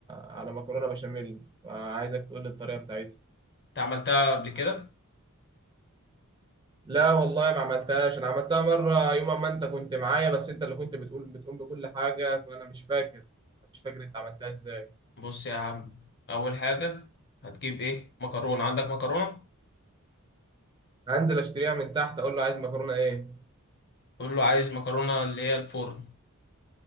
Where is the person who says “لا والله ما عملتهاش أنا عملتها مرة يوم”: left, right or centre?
Right